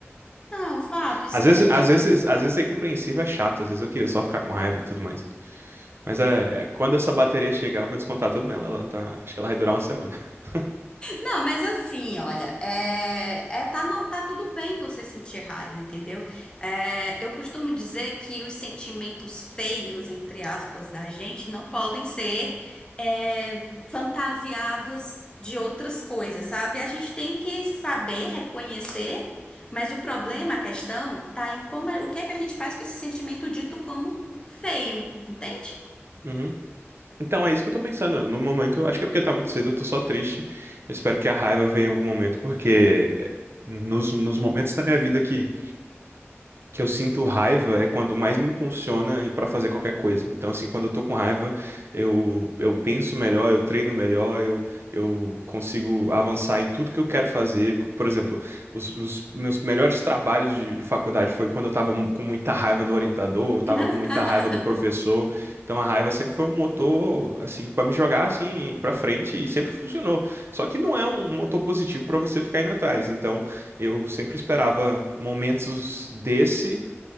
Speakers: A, on the left (about 20°); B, on the right (about 60°).
A: Não, fato, isso
B: Às
A: daí
B: vezes,
A: é
B: às vezes, às vezes ser compreensível é chato, às vezes eu queria só ficar com raiva e tudo mais. Mas é, é, quando essa bateria chegar, eu vou descontar tudo nela. Ela tá, acho que ela vai durar uma semana. <laughs>
A: Não, mas assim, olha, é, é, tá, no- tá tudo bem você sentir raiva, entendeu? É, eu costumo dizer que os sentimentos feios, entre aspas, da gente não podem ser é, fantasiados de outras coisas, sabe? A gente tem que saber reconhecer, mas o problema, a questão, tá em como, o que é que a gente faz com esse sentimento dito como feio, entende?
B: Uhum. Então é isso que eu tô pensando. No momento, acho que é porque tá muito cedo, eu tô só triste. Eu espero que a raiva venha em algum momento, porque é, nos, nos momentos da minha vida que que eu sinto raiva é quando mais me impulsiona e para fazer qualquer coisa. Então, assim, quando eu tô com raiva, eu, eu penso melhor, eu treino melhor, eu, eu consigo avançar em tudo que eu quero fazer. Por exemplo, os, os meus melhores trabalhos de, de faculdade foi quando eu tava mu- com muita raiva do orientador, eu tava
A: <laughs>
B: com muita raiva do professor. Então, a raiva sempre foi um motor, assim, para me jogar, assim, para frente e sempre funcionou. Só que não é um motor positivo para você ficar indo atrás. Então, eu sempre esperava momentos desse